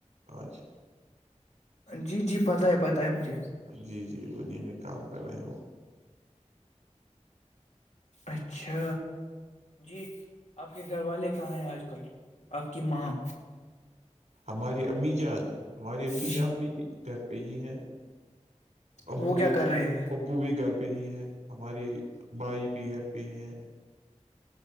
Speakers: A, on the right; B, on the left.
A: اچھا
B: جی جی پتہ ہے پتہ ہے مجھے
A: جی جی انیں میں کام کر رہے ہیں وہ
B: اچھا جی آپ کے گھر والے کہاں ہیں آج ک آپ کی ماں
A: ہماری امی جان ہماری امی
B: جی
A: جان بھی کر پہ ہی ہے ابو
B: وہ کیا کر رہے ہیں
A: ابو بھی گھر پہ ہی ہے ہمارے بھائی بھی گھر پہ ہی ہیں